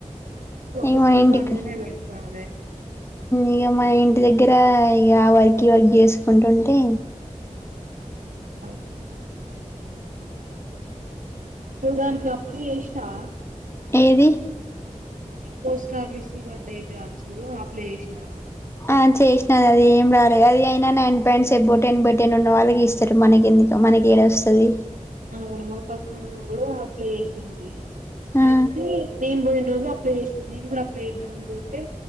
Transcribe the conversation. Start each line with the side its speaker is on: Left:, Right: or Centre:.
Right: ఒక ఒకస
Left: ఇక మన ఇంటికి
Right: తా అనే పెడుతే
Left: ఇక మా ఇంటి దగ్గర ఇ ఆ వర్క్ ఈ వర్క్ చేసుకుంటుంటే
Right: అవు నువ్వు దానికినికి అప్పుడు చేసా
Left: ఏది
Right: ఈ పోస్ట్ ఆఫీస్ పడ్డాయి జాబ్స్ అప్లై చేసినావా
Left: ఆ చేసినది అది ఏం రాలేదు అది అయినా నైన్ పాయింట్స్ ఎబో టెన్ బ టెన్ ఉన్న వాళ్ళకి ఇస్తారు మనకి ఎందుకు మనకి ఏడ వస్తుంది
Right: అవును మా పక్కన కూడా అప్లై చేేసిందవి
Left: ఆ
Right: అయితే నేను పోయి రోజు అప్లై చేస్తుంది నేను కూడా అప్లై చేద్దాం అని పోతే